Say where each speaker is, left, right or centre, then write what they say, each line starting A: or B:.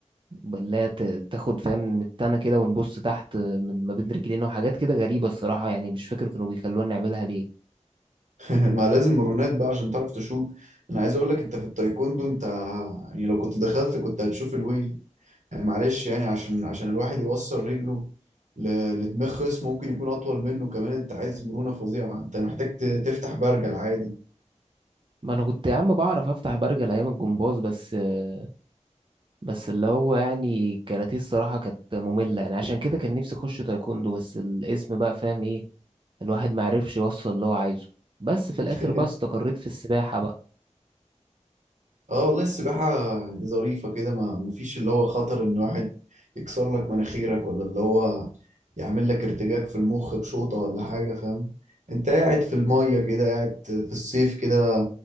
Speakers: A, on the right (about 40°); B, on the right (about 70°).
A: بلا ت- تاخد فاهم من التانة كده ونبص تحت آه، من ما بين رجلينا وحاجات كده غريبة الصراحة يعني مش فاكر كانوا بيخلونا نعملها ليه
B: <laughs> ما لازم مرونات بقى عشان تعرف تشوط انا عايز اقول لك انت في التايكوندو انت يعني لو كنت دخلت كنت هتشوف الويل يعني معلش يعني عشان عشان الواحد يوصل رجله ل- لدماغ خصم ممكن يكون اطول منه كمان انت عايز مرونة فظيعة انت محتاج ت- تفتح برجل عادي
A: ما انا كنت يا عم بعرف افتح برجل ايام الجمباز بس آه، بس اللي هو يعني الكاراتيه الصراحة كانت مملة يعني عشان كده كان نفسي اخش تايكوندو بس الاسم بقى فاهم ايه الواحد ما عرفش يوصل اللي هو عايزه بس في الاخر
B: <laughs>
A: بقى استقريت في السباحة بقى
B: اه والله السباحة ظريفة كده ما مفيش اللي هو خطر ان واحد يكسر لك مناخيرك ولا اللي هو يعمل لك ارتجاج في المخ بشوطة ولا حاجة فاهم انت قاعد في المية كده قاعد في الصيف كده